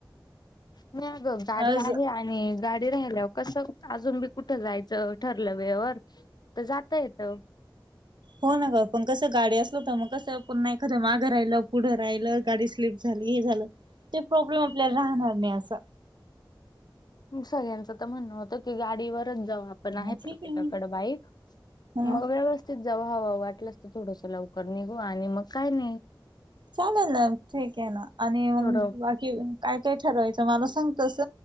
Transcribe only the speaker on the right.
आज
होना ग पण कसं गाडी असल हो तर मग कसं पण नाही करं माघं राहिलं, पुढं राहिलं गाडी स्लीप झाली हे झालं ते प्रॉब्लेम आपल्याला राहणार नाही असा
ह ठीक
ना
हा
चालेल ना ठीक आहे ना आणि मग
बाकी काय, काय ठरवायचं मला सांगतस